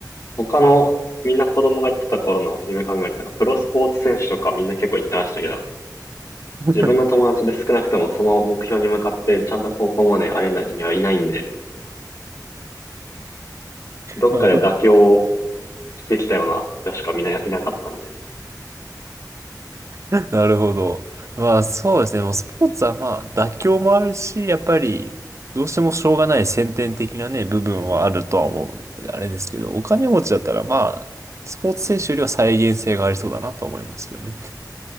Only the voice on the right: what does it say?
<laughs>
まあ、そう
<laughs> なるほど。まあ、そうですね。もうスポーツはまあ、妥協もあるし、やっぱり、どうしてもしょうがない先天的なね、部分はあるとは思う。あれですけど、お金持ちだったらまあ、スポーツ選手よりは再現性がありそうだなと思いますけどね。